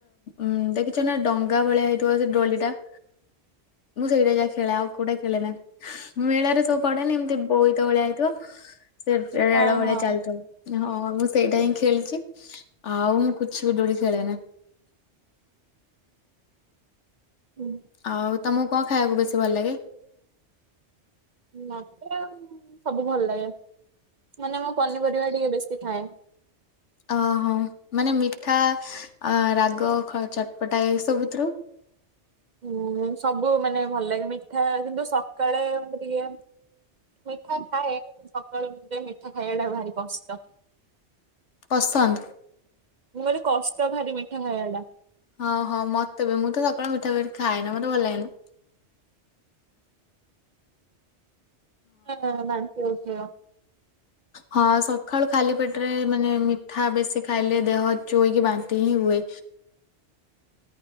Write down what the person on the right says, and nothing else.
<inaudible>
ହଁ
ହଁ
ହୁଁ।
ମତେ ସବୁ ଭଲ ଲାଗେ ମାନେ ମୋ ପନିପରିବା ଟିକେ ବେଶୀ ଖାଏ।
ହୁଁ ସବୁ ମାନେ ଭଲ ଲାଗେ ମିଠା କିନ୍ତୁ ସକାଳେ ମତେ ଟିକେ ମିଠା ଖାଏ ସକାଳୁ ମିରେ ମିଠା ଖାଇବାଟା ଭାରି କଷ୍ଟ।
ମୁଁ କହିଲି କଷ୍ଟ ଭାରି ମିଠା ଖାଇବା ଟା।
ହଁ <unintelligible>